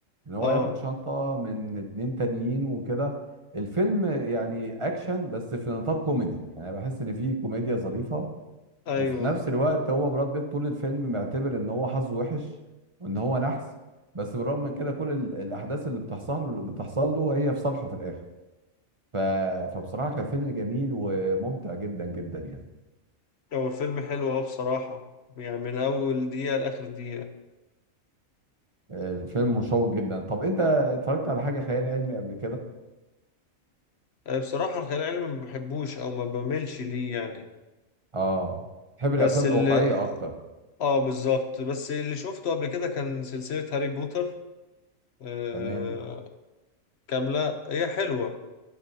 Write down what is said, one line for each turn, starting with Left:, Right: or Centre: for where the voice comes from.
Right: ان هو
Left: اه
Right: ياخد شنطة من اتنين تانيين وكده الفيلم يعني اكشن بس في نطاق كوميدي يعني بحس ان فيه كوميديا ظريفة
Left: ايوه
Right: وفي نفس الوقت هو براد بيت طول الفيلم معتبر ان هو حظه وحش وان هو نحس بس بالرغم من كده كل ال- الاحداث اللي بتحصل بتحصل له هي في صالحه في الاخر ف... فبصراحة كان فيلم جميل وممتع جدا جدا يعني
Left: هو الفيلم حلو اه بصراحة يعني من اول دقيقة لاخر دقيقة
Right: آه، الفيلم مشوق جدا طب انت اتفرجت على حاجة خيال علمي قبل كده؟
Left: آه، بصراحة الخيال العلمي ما بحبوش او ما بميلش ليه يعني
Right: اه تحب
Left: بس
Right: الافلام
Left: اللي
Right: الواقعية اكتر
Left: اه بالظبط بس اللي شفته قبل كده كان سلسلة هاري بوتر آه
Right: تمام
Left: كاملة هي حلوة